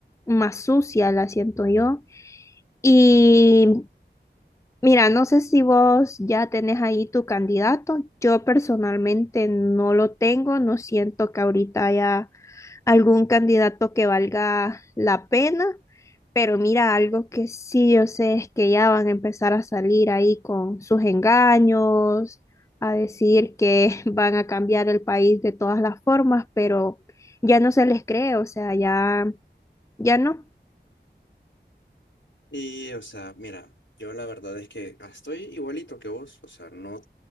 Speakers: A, on the left (about 15°); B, on the left (about 85°).
A: más sucia, la siento yo. Y Mira, no sé si vos ya tenés ahí tu candidato. Yo personalmente no lo tengo, no siento que ahorita haya algún candidato que valga la pena, pero mira, algo que sí yo sé es que ya van a empezar a salir ahí con sus engaños, a decir que <laughs> van a cambiar el país de todas las formas, pero ya no se les cree, o sea, ya, ya no.
B: Y, o sea, mira, yo la verdad es que ah, estoy igualito que vos, o sea, no